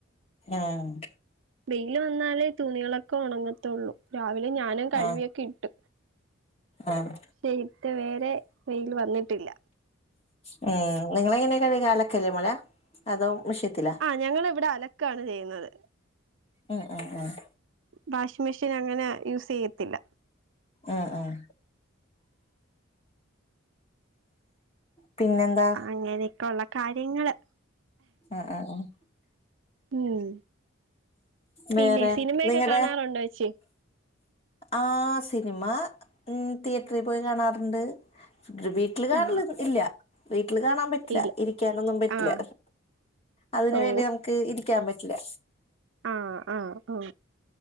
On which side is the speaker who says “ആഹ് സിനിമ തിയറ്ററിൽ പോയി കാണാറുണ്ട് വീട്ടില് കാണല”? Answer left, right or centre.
Left